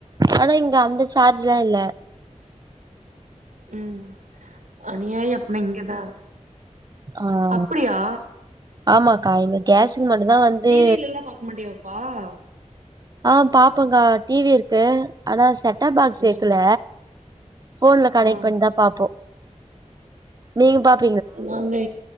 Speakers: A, on the right (about 30°); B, on the right (about 75°).
A: ஆனா இங்க அந்த சார்ஜ்லா இல்ல
B: உம் அநியாய அப்னா இங்கதா
A: ஆஹ்
B: அப்டியா
A: ஆமாக்கா இங்க கேஸுக்கு மட்டுந்தா வந்து
B: சீரியல் எல்லா பாக்க மாட்டியாப்பா <unintelligible>
A: ஆஹ் பாப்போங்க்கா டி வி இருக்கு ஆனா செட் டா பாக்ஸ் சேக்குல
B: ம்
A: போன்ல கனைக்ட்
B: ஆ
A: பண்ணிதா பாப்போ நீங்க பாப்
B: நா இந்த